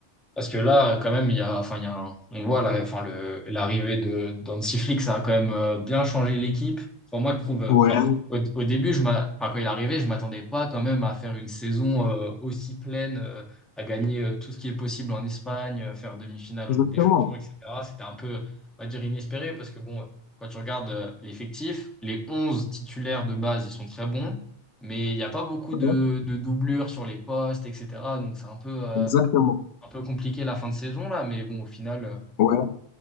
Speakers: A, in the centre; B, on the left (about 80°).
A: Parce que là, quand même, il y a, enfin, il y a un- on voit la, enfin, le, l'arrivée de d'Hansi Flick, ça a quand même euh, bien changé l'équipe. Enfin, moi, je trouve, euh,
B: Ouais,
A: enfin, au, au début, je m'a- enfin, quand il est arrivé, je m'attendais pas quand même à faire une saison euh, aussi pleine, euh, à gagner euh, tout ce qui est possible en Espagne, euh, faire demi-finale en
B: Exactement.
A: Ligue des Champions, etc. C'était un peu, on va dire, inespéré parce que bon, quand tu regardes euh, l'effectif, les 11 titulaires de base, ils sont très bons, mais il n'y a pas beaucoup
B: Ouais,
A: de, de doublures sur les postes, etc. Donc, c'est un peu. euh,
B: exactement.
A: un peu compliqué la fin de saison là, mais bon, au final, euh,
B: Ouais,